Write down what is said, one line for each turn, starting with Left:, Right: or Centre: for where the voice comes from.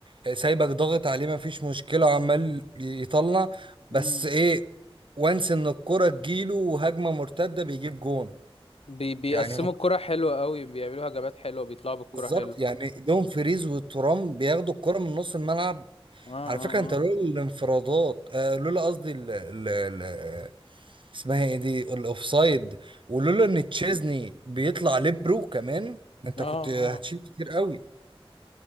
Right: آه، سايبك ضاغط عليه ما فيش مشكلة عمال يطلع بس
Left: مم.
Right: ايه وانس ان الكرة تجيله وهجمة مرتدة بيجيب جون
Left: بي بيقسموا
Right: يعني
Left: الكرة حلوة قوي بيعملوا هجمات حلوة بيطلعوا بالكرة
Right: بالظبط
Left: حلوة
Right: يعني دوم فريز وترام بياخدوا الكرة من نص الملعب
Left: اه اه
Right: على فكرة انت لولا الانفرادات آه لولا قصدي ال ال ال اسمها ايه دي الاوفسايد ولولا ان تشيزني بيطلع ليبرو كمان انت
Left: اه
Right: كنت
Left: اه
Right: هتشيل
Left: اه
Right: كتير قوي